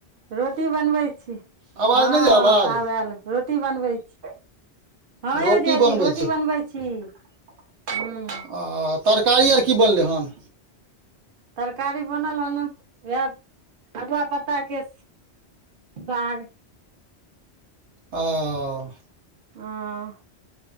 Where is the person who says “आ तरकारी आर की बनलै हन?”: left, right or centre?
Right